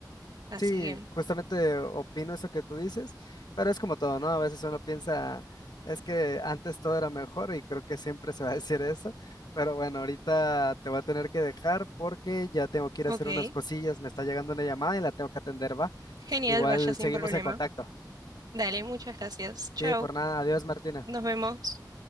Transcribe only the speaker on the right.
Así
que,
ok.
Genial,
vaya sin
problema.
Dale, muchas gracias. Chao,
nos vemos.